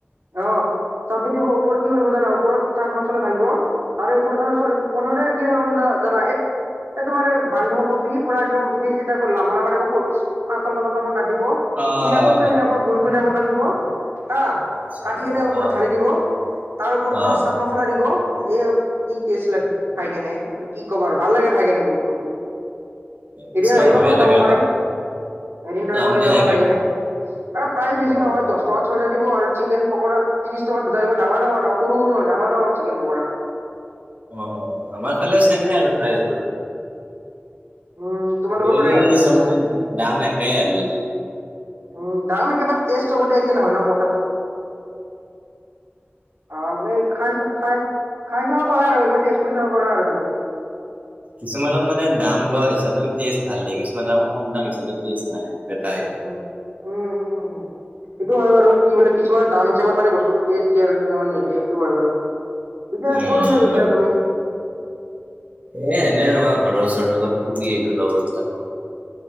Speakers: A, on the right (about 90°); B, on the right (about 35°).
A: অ চাটনি দিব ওপৰত কি কৰিব জানা ওপৰত চাট মচলা ধালিব। তাৰে ওপৰত অ সৰি পথমতে কি আা জানা এই এ তোমাৰ এই বান্ধকবি পুৰা একদম সেই টাইপৰ লামভালামাৰাই সৰু পাতল পাতল দামৰ কাটিব
B: অ',
A: পিয়াজো চেমিকৈ
B: গম পাইছো
A: গল গোল ডামৰ কাটিব। হা
B: আচ্ছা
A: কাটি কেনে ওপৰত
B: অ',
A: ঢালি দিব তাৰ ওপৰত
B: অ',
A: তোমাৰ চাদ মছলা দিব। এ কিষ্ট লাগে ঠাই কেনে ম কি কব আৰু ভাল লাগে ঠাই কেনে বহুত সুন্দৰ
B: কিছুমান
A: এতিয়া আহিবাচোন
B: বঢ়িয়া
A: খাবৰ
B: লাগে ৰ'বা
A: কাৰণে এদিন ট্ৰাই
B: যাম
A: কৰি
B: দিয়া
A: যাবা
B: এইবাৰ
A: খাই কেনে আৰু প্ৰায়
B: হ'ব
A: বেছি
B: হ'ব
A: নহয় দহটকা, ত ছয়জািব আৰু চিকেন পকোৰা ত্ৰিছ টকা দুটা দিব ডাঙৰ ডাঙৰ সৰু নহ ডাঙৰ ডঙৰ চিকেন পকোৰা হয়।
B: অ অ আমাৰ ফালে চছেমে আৰু প্ৰাইজবোৰ
A: উম তোমালোকৰ
B: আজিকালি
A: ফালে আচ্ছা
B: চবতে
A: আচ্ছা
B: দাম একেই আৰু আজিকালি
A: উম দাম কিবা তেজ চবতে কি নহয় ন কথাটো অ মানে খাইছ খাই। খাই চাব পাৰা আৰু একবাৰ টেষ্ট কৰি চাব পাৰা আৰু তুমি
B: কিছুমানত মানে দাম লোৱা হিচাপেও টেষ্ট ভাল দিয়ে কিছুমানে আকৌ কম দাম হিচাপে ষ্ট নাই সটো এটাইে
A: উম উম সেইটো হয় বাৰু কি বোলে কিছুমানৰ দাম হিচাপত মানে বস্তুটো টেষ্ট মটো হয় বাৰু পিছে
B: উম,
A: কতো নাই গৈছিলা তুমি
B: এ এনেই ৰবা ঘৰৰ ওচৰৰত অলপ ফুৰি আহিলো লগৰকেইটাৰ লগত